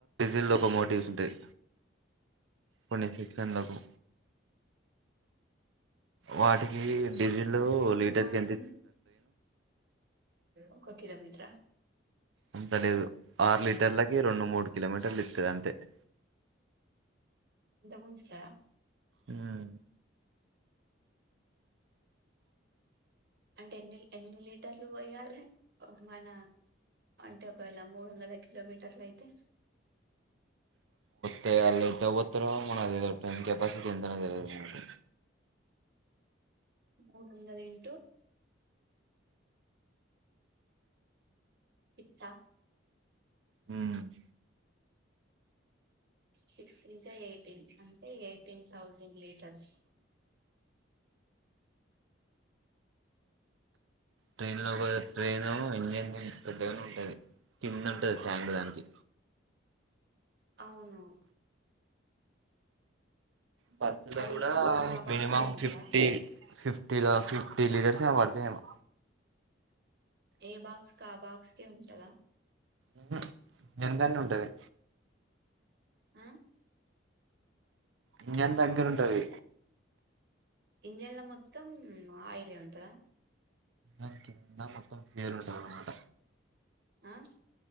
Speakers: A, on the right; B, on the right.
A: జిల్ ఒక మోటివ్స్ ఉంటాయి కొన్ని సెక్షన్లకు వాటికి డిజెల్లు
B: మళ్ళ లీటర్
A: ఒక లిటర్
B: వాటర్
A: క
B: ఒక కిలోమీటర్ <inaudible>
A: అంత లేదు ఆరు లీటర్లకి
B: కదా
A: రెండు మూడు కిలోమీటర్లు ఇత్తది అంతే తే
B: ఎంత ఉంచుదా
A: ఉమ్
B: అంటే ఎన్ని ఎన్ని లీటర్లు పోయాలి మన అంటే ఒకవేళ మూడు వందల కిలోమీటర్లు అయితే
A: దే వాళ్ళ ఎల్తకపోతేరో మనకు టైన్ కెపాసిటీ ఎంతనో తెలవదు మన
B: మూడువందల ఏంటూ ఫిక్స్ ఆ
A: ఉమ్
B: సిక్స్ త్రీజా ఎయిటీన్ అంటే ఎయిటీన్ థౌజండ్ లీటర్స్
A: ట్రైన్
B: చార్జింగ్
A: లో పోతే
B: పోయాలి
A: ట్రైన్ను ఇంజన్ పెద్దగానే ఉంటంది కింద ఉంటది ట్యాంక్ దానికి
B: అవును
A: బస్ లో
B: అది
A: కూడా
B: ఏ బాక్స్ కా ఆ
A: మినిమం
B: బాక్స్ కే ఉంటదా
A: ఫిఫ్టి ఫిఫ్టీలో ఫిఫ్టీ లీటర్స్ ఏమో పడుతా ఏమో
B: ఏ బాక్స్ క ఆ బాక్స్ కే ఉంటదా
A: ఉమ్ దేందది ఉంటది
B: ఆ
A: ఇంజన్ దగ్గరంటది
B: ఇంజన్ల మొత్తం అయిలి ఉంటద
A: ఇనికిదిందా మొత్తం ఫరుంట అనమాట
B: ఆ